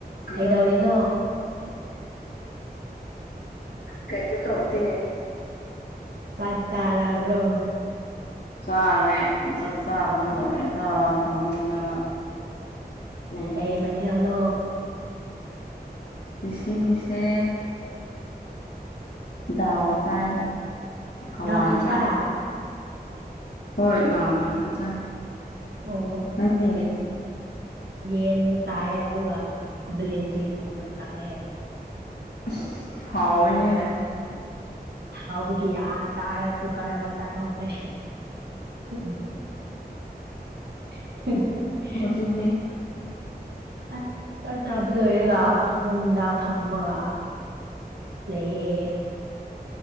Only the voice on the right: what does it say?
ꯀꯩꯗꯧꯔꯤꯅꯣ
ꯆꯥꯏ ꯇꯔꯕ꯭ꯔꯣ
ꯀꯩ ꯃꯊꯦꯜꯅꯣ
ꯗꯥꯜ ꯈꯛꯇ
ꯑꯣ
ꯌꯦꯟ ꯆꯥꯏꯌꯦ ꯑꯗꯨꯒ ꯕꯂꯦꯟꯗ꯭ꯔꯤ ꯆꯝꯐꯨꯠ ꯆꯥꯏꯌꯦ
ꯍꯥꯎꯕꯒꯤ ꯌꯥꯝ ꯆꯥꯔ ꯀꯨꯀꯔ ꯑꯃ ꯆꯥꯥꯊꯣꯛꯈ꯭ꯔꯦ <unintelligible>
ꯑꯁ ꯆꯥꯛ ꯆꯥꯕ ꯂꯣꯏꯔꯒ ꯐꯃꯨꯡꯗ ꯐꯝꯃꯒ ꯂꯩꯌꯦ